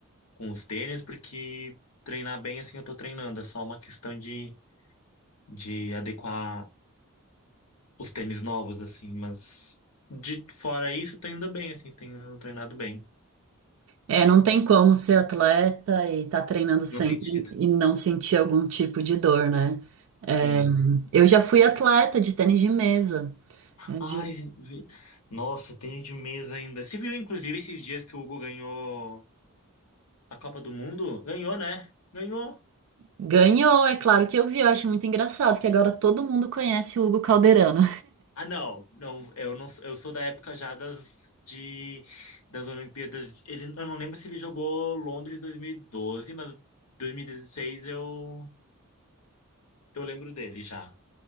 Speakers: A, on the left (about 70°); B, on the right (about 60°).
A: com os tênis, porque treinar bem assim eu tô treinando, é só uma questão de, de adequar os tênis novos, assim, mas de fora isso, tô indo bem, assim, tenho treinado bem,
B: é, não tem como ser atleta e tá treinando sempre
A: no sentido.
B: e não sentir algum tipo de dor, né? É,
A: Sim.
B: eu já fui atleta de tênis de mesa. É,
A: Ai,
B: de-
A: vi- nossa, tênis de mesa ainda. Você viu, inclusive, esses dias que o Hugo ganhou a Copa do Mundo? Ganhou, né? Ganhou.
B: Ganhou, é claro que eu vi, eu acho muito engraçado que agora todo mundo conhece o Hugo Calderano.
A: Ah, não, não, eu não, eu sou da época já das de das Olimpíadas. Ele, eu não lembro se ele jogou Londres 2012, mas 2016 eu eu lembro dele já.